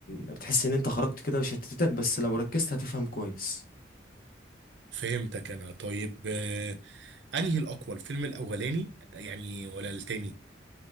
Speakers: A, on the left; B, on the right.
A: بتحس ان انت خرجت كده وشتتك بس لو ركزت هتفهم كويس
B: فهمتك أنا طيب آه، أنهي الأقوى الفيلم الأولاني يعني ولا التاني؟